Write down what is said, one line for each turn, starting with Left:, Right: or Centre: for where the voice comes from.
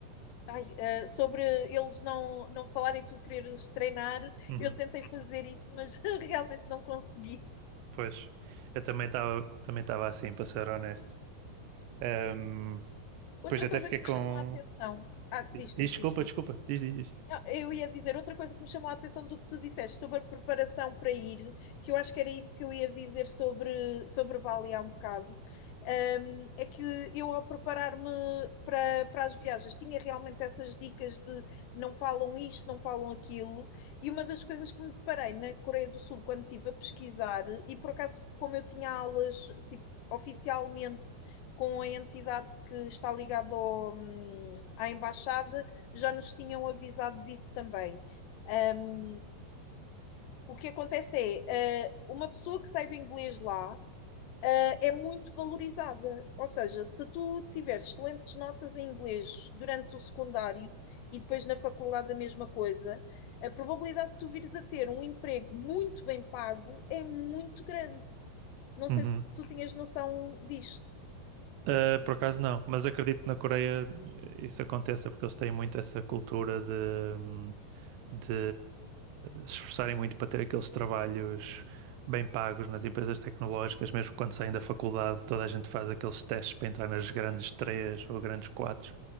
Left: ai, uh, sobre eles não, não falarem e tu quereres treinar,
Right: Uhum.
Left: eu tentei fazer isso, mas <laughs> realmente não consegui.
Right: Pois, eu também estava também estava assim, para ser honesto. Ahm,
Left: Outra
Right: pois até
Left: coisa
Right: fiquei
Left: que me
Right: com.
Left: chamou a atenção. Ah, diz,
Right: Diz
Left: diz,
Right: desculpa,
Left: diz, diz.
Right: desculpa, diz, diz, diz.
Left: Não, Eu ia dizer outra coisa que me chamou a atenção do que tu disseste sobre a preparação para ir, que eu acho que era isso que eu ia dizer sobre, sobre Bali há um bocado, hum, é que eu ao preparar-me para, para as viagens tinha realmente essas dicas de não falam isto, não falam aquilo, e uma das coisas que me deparei na Coreia do Sul quando estive a pesquisar, e por acaso como eu tinha aulas tipo, oficialmente com a entidade que está ligada ao, hum, à embaixada, já nos tinham avisado disso também. Um, o que acontece é, uh, uma pessoa que saiba inglês lá uh, é muito valorizada. Ou seja, se tu tiveres excelentes notas em inglês durante o secundário e depois na faculdade a mesma coisa, a probabilidade de tu vires a ter um emprego muito bem pago é muito grande. Não
Right: Uhum.
Left: sei se tu tinhas noção disto.
Right: Ah, por acaso não, mas acredito que na Coreia eh, isso aconteça, porque eles têm muito essa cultura de, hum, de se esforçarem muito para ter aqueles trabalhos bem pagos nas empresas tecnológicas, mesmo quando saem da faculdade, toda a gente faz aqueles testes para entrar nas grandes três ou grandes quatro.